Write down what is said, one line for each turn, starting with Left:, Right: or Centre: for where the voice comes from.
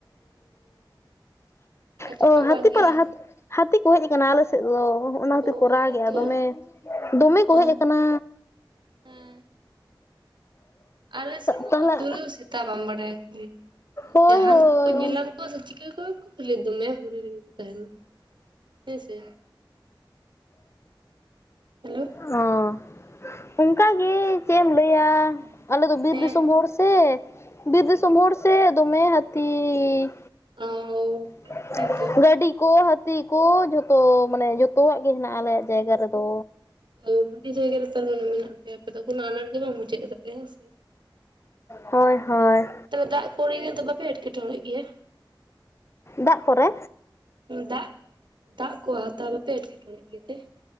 Right: ᱟᱸᱡᱚᱢᱚᱜ
Left: ᱚ ᱦᱟᱹᱛᱤ
Right: ᱠᱟᱱ ᱜᱮᱭᱟ
Left: ᱨᱟᱜ-ᱟ ᱦᱟᱹᱛᱤ ᱦᱟᱹᱛᱤ ᱠᱚ ᱦᱮᱡ ᱟᱠᱟᱱᱟ ᱟᱞᱮ ᱥᱮᱪ ᱫᱚ ᱚᱦᱚ ᱚᱱᱟᱛᱮ
Right: ᱚ
Left: ᱠᱚ ᱨᱟᱜᱮᱜᱼᱟ
Right: ᱦᱮᱸᱛᱚ
Left: ᱫᱚᱢᱮ, ᱫᱚᱢᱮ ᱠᱚ
Right: ᱚ
Left: ᱦᱮᱡ ᱟᱠᱟᱱᱟ᱾
Right: ᱦᱮᱸ ᱟᱞᱮ ᱥᱮᱱᱚᱜ
Left: ᱛᱟᱦᱚᱞᱮ
Right: ᱟᱹᱛᱩ ᱨᱮ ᱥᱮᱛᱟ ᱵᱟᱢ ᱵᱟᱰᱟᱭᱟ ᱠᱷᱟᱹᱞᱤ
Left: ᱦᱳᱭ
Right: ᱡᱟᱦᱟᱱ
Left: ᱦᱳᱭ
Right: ᱠᱚ
Left: ᱚ
Right: ᱧᱮᱞᱟᱢ ᱠᱚᱣᱟ ᱥᱮ ᱪᱤᱠᱟᱹ ᱠᱚᱣᱟ ᱠᱚ ᱠᱷᱟᱹᱞᱤ ᱫᱚᱢᱮ ᱦᱩᱲᱩ ᱨᱮᱜᱮ ᱠᱚ᱾ ᱛᱮᱦᱮᱱ ᱦᱮᱸ ᱥᱮ ᱦᱮᱞᱳ᱾
Left: ᱚ ᱚᱱᱠᱟ ᱜᱮ ᱪᱮᱫ ᱮᱢ ᱞᱟᱹᱭᱟ᱾ ᱟᱞᱮᱫᱚ ᱵᱤᱨ
Right: ᱦᱮᱸ
Left: ᱫᱤᱥᱚᱢ ᱦᱚᱲ ᱥᱮ, ᱵᱤᱨ ᱫᱤᱥᱚᱢ
Right: ᱦᱮᱸᱛᱚ
Left: ᱦᱚᱲ ᱥᱮ ᱫᱚᱢᱮ ᱦᱟᱹᱛᱤ᱾
Right: ᱚ
Left: <unintelligible>
Right: ᱦᱮᱸᱛᱚ
Left: ᱜᱟᱹᱰᱤ ᱠᱚ, ᱦᱟᱹᱛᱤ ᱠᱚ, ᱡᱷᱚᱛᱚ, ᱢᱟᱱᱮ ᱡᱚᱛᱚᱣᱟᱜ ᱜᱮ ᱦᱮᱱᱟᱜᱼᱟ ᱟᱞᱮᱭᱟᱜ ᱡᱟᱭᱜᱟ ᱨᱮᱫᱚ
Right: ᱚ ᱵᱩᱜᱤ ᱡᱟᱭᱜᱟ ᱨᱮ ᱛᱟᱦᱚᱞᱮ ᱢᱮᱱᱟᱜ ᱯᱮᱭᱟ ᱟᱯᱮ ᱫᱚ ᱠᱳᱱᱳ ᱟᱱᱟᱴ ᱜᱮ ᱵᱟᱝ ᱵᱩᱡᱷᱟᱹᱜ ᱠᱮᱫᱟᱯᱮ ᱦᱮᱸ ᱥᱮ?
Left: ᱦᱚᱭ ᱦᱳᱭ
Right: ᱛᱚᱵᱮ ᱫᱟᱜ ᱠᱚᱨᱮ ᱫᱚ ᱵᱟᱯᱮ ᱮᱸᱴᱠᱮᱴᱚᱬᱮ ᱜᱮᱭᱟ?
Left: ᱫᱟᱜ ᱠᱚᱨᱮ
Right: ᱫᱟᱜ ᱫᱟᱜ ᱠᱚ ᱦᱟᱛᱟᱣ ᱵᱟᱯᱮ ᱮᱴᱠᱮᱴᱚᱬᱮ ᱜᱮᱛᱮ